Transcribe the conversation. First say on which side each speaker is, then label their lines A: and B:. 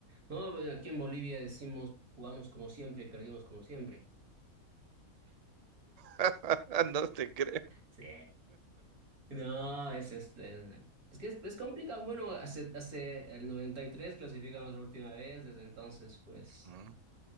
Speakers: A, on the right; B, on the right.
A: No, pues aquí en Bolivia decimos, jugamos como siempre y perdimos como siempre.
B: <laughs> No te creo.
A: Sí. No, es este. Es que es, es complicado. Bueno, hace, hace el 93 clasificamos la última vez. Desde entonces, pues
B: Mm,